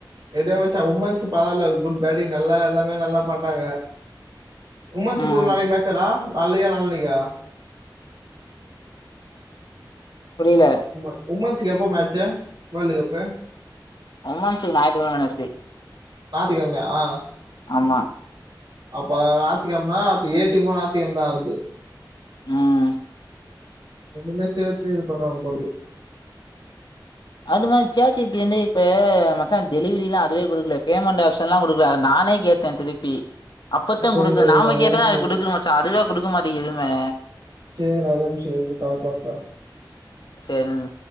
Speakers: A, on the right (about 70°); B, on the left (about 65°).
A: எப்படியோ மச்சான் உமன்ஸ் பராயில்ல குட் பேட்டிங் நல்லா எல்லாமே நல்லா பண்றாங்க உமஸ்
B: ம்
A: கூட நாளைக்கு மேட்சடா நாளைக்கா நாளானைக்கா
B: புரியல
A: உம உமன்ஸ ஸ்க்கு எப்ப மேச்சு வேல்டு கப்பு
B: உமன்ஸ்க்கு ஞாயித்துகிழம வென்னெஸ்டே
A: ஞாயித்துகிழமைய ஆ
B: ஆமா
A: அப்ப அது ஞாயித்துகிழம அப்ப ஏ டிமு ஞாயித்துகிழம தா ஆட்து
B: ம் ம்
A: ரெண்டுமே சேர்த்து இது பண்ணு வாங்க போல்து
B: அது மாரி <unintelligible> என்ன இப்ப மச்சா டெலவரி எல்லா அதுவே குடுக்கல பேமெண்ட் ஆப்ஷல்லா குடுக்கல நானே கேட்டே திருப்பி அப்பத்த
A: சேரி
B: குடுக்குல நாம
A: நா ஒரே
B: கேட்டா
A: நிமிஷ
B: அது
A: இரு
B: குடுக்குது மச்ச அதுவா குடுக்க மாட்டிக்கிது எதுவுமே
A: சேரி ஒரே நிமிஷ இரு கால் பண்ற
B: சேரி